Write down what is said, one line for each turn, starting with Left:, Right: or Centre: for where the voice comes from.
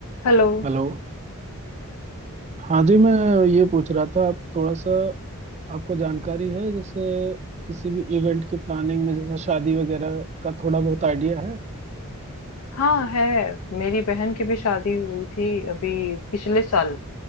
Left: Hello
Right: Hello हाँ जी मैं ये पूछ रहा था आप थोड़ा सा आपको जानकारी है जैसे किसी भी इवेंट की प्लानिंग में जैसे शादी वगैरह का थोड़ा बहुत आइडिया है
Left: हाँ है मेरी बहन की भी शादी हुई थी अभी पिछले साल